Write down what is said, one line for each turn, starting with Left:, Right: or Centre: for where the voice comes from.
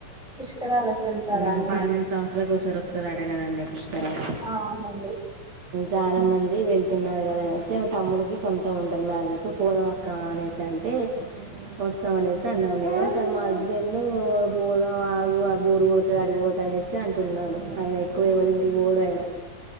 Centre: పుష్కరాలకు వెళ్తారా
Right: హు
Centre: అండి
Right: పన్నెండు సంవత్సరాల కోసం వస్తది అట కదండి పుష్కరాలు
Centre: ఆ అవునండి
Right: చాలా మంది తిన్నాడు కదా అనేసి మా తమ్ముడికి సొంతం ఉండదు మ్యాజిక్ పోదమక్క అనేసి అంటే ఏ వస్తాం అనేసి అన్నాం మేము కానీ మా హస్బెండ్ పోదాం ఆగు బోరు కొడతది ఆడికిపోతె అనేసి అంటున్నాడు ఆయన ఎక్కువ ఎవల్లింటీకీ ఓడు ఆయన